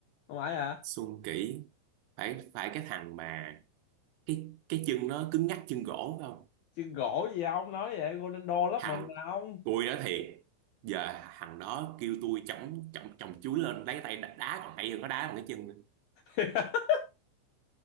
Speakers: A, on the left; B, on the right.
A: không phải hả
B: Xuân Kỷ phải phải cái thằng mà cái cái chân nó cứng ngắc chân gỗ phải không
A: chứ gỗ gì ông nói vậy Ronaldo lớp
B: thằng
A: mình mà ông
B: tôi nói thiệt giờ thằng đó kêu tôi chổng chổng chổng chuối lên lấy tay đá, đá còn hay hơn nó đá bằng cái chân nữa.
A: <laughs>